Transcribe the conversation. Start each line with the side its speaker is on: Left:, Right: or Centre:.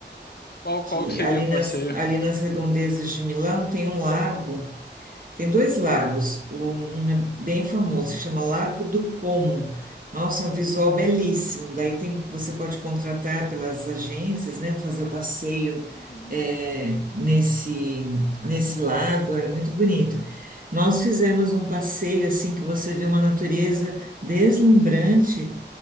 Left: qual,
Right: Que
Left: qual que seria
Right: ali
Left: o
Right: nas,
Left: passeio?
Right: ali nas redondezas de Milão tem um lago Tem dois lagos, um um é bem famoso, se chama Lago do Como. Nossa, é um visual belíssimo. Daí tem, você pode contratar pelas agências, né, fazer o passeio
Left: Uhum.
Right: é, nesse nesse lago, é muito bonito. Nós fizemos um passeio assim que você vê uma natureza deslumbrante